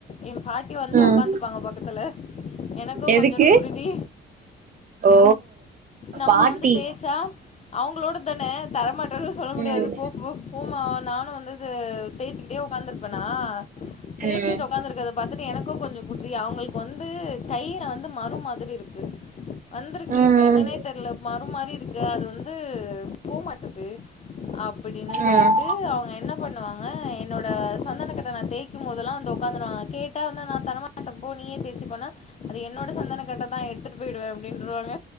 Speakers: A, on the left (about 35°); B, on the right (about 40°).
A: எ பாட்டி வந்து
B: ம்
A: உக்காந்துப்பாங்க பக்கத்துல எனக்கு
B: எதுக்கு
A: கொஞ்சோன்டு குடு டி
B: ஓ
A: நம்ம
B: பார்ட்டி
A: வந்து தேய்ஜா அவங்களோட தான தரமாட்டனு சொல்ல முடியாது
B: ம்
A: போ போ போமா நானு வந்து இது தேய்ச்சிக்கிட்டே உக்காந்துருப்பேனா தேய்ச்சிட்டு
B: ம்
A: உக்காந்து இருக்கத பாத்தட்டு எனக்கு கொஞ்சோ குடுரி அவங்களுக்கு வந்து கையில வந்து மரு மாதிரி இருக்கு வந்திருக்கு
B: ம்
A: இப்ப என்னன்னே தெரியல மறு மாறி இருக்கு அது வந்து போமாட்டது அப்படின் சொல்லிட்டு
B: ம்
A: அவங்க என்னப் இது பண்ணுவாங்க என்னோட சந்தன கட்ட நா தேய்கும் போதெல்லா வந்து உக்காந்துருவாங்க கேட்ட வந்து நா தரமா மாட்ட போ நீயே தேசுக்கோனா என்னோட சந்தன கட்ட தா எடுத்துட்டு போயிடுவே அப்பிடின்றுவாங்க